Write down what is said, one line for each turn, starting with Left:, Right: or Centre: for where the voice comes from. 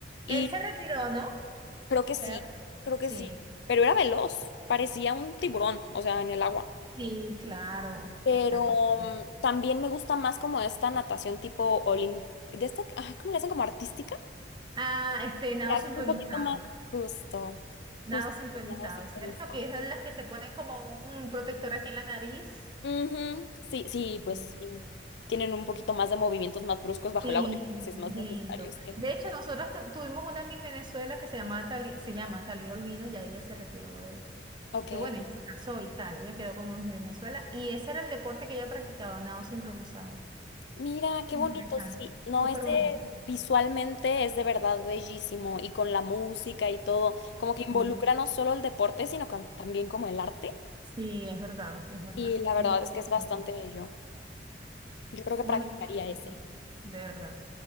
Left: Y
Right: Él se retiró, ¿no?
Left: creo que sí,
Right: Sales,
Left: creo
Right: Sí,
Left: que sí, pero era veloz, parecía un tiburón, o sea, en el agua.
Right: sí, claro, espectacular.
Left: pero mm, también me gusta más como esta natación tipo olim... de esta, ay, ¿cómo le hacen? Como artística.
Right: Ah, este, nado
Left: Que hace
Right: sincronizado.
Left: un poquito más justo,
Right: Nado
Left: justo,
Right: sincronizado,
Left: no sincronizado.
Right: ¿cierto? Que es de las que se ponen como un protector aquí en la nariz.
Left: Ujú, Sí, sí, pues
Right: Mm.
Left: sí. Tienen un poquito más de movimientos más bruscos bajo
Right: Sí,
Left: el agua, yo creo que sí es
Right: es
Left: más necesario
Right: lindo.
Left: este.
Right: De hecho, nosotros tu- tuvimos una Miss Venezuela que se llama Tali, se llama Talía Olvino, ya ella se retiró de,
Left: Ok.
Right: porque bueno, ella se casó y tal, ella quedó como Miss Venezuela, y ese era el deporte que ella practicaba, nado sincronizado.
Left: Mira, qué bonito,
Right: Interesante,
Left: sí. No,
Right: súper
Left: ese
Right: bonito.
Left: visualmente es de verdad bellísimo y con la música y todo, como que involucra
Right: Sí,
Left: no solo el deporte, sino con- también como el arte.
Right: sí, es verdad, es verdad.
Left: Y la verdad
Right: Muy
Left: es que es
Right: bonito,
Left: bastante bello. Yo creo que
Right: bonito,
Left: practicaría ese.
Right: bonito, de verdad.